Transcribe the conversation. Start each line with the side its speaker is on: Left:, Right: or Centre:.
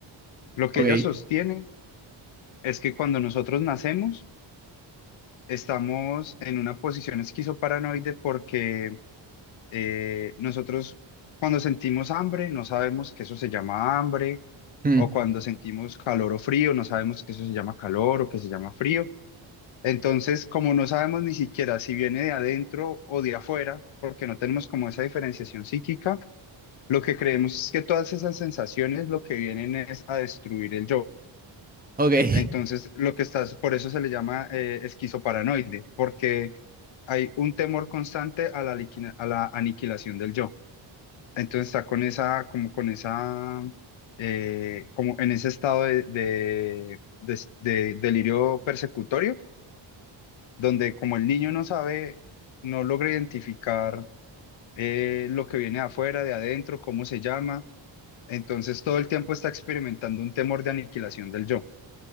Left: Lo
Right: Ok.
Left: que ella sostiene es que cuando nosotros nacemos, estamos en una posición esquizoparanoide porque Eh, nosotros cuando sentimos hambre no sabemos que eso se llama hambre,
Right: Mm.
Left: o cuando sentimos calor o frío no sabemos que eso se llama calor o que se llama frío. Entonces, como no sabemos ni siquiera si viene de adentro o de afuera, porque no tenemos como esa diferenciación psíquica, lo que creemos es que todas esas sensaciones lo que vienen es a destruir el yo.
Right: Ok. <laughs>
Left: Entonces, lo que estás, por eso se le llama eh, esquizoparanoide, porque hay un temor constante a la liquina- a la aniquilación del yo. Entonces está con esa, como con esa, eh, como en ese estado de, de- de- de delirio persecutorio, donde como el niño no sabe, no logra identificar eh, lo que viene de afuera, de adentro, cómo se llama, entonces todo el tiempo está experimentando un temor de aniquilación del yo.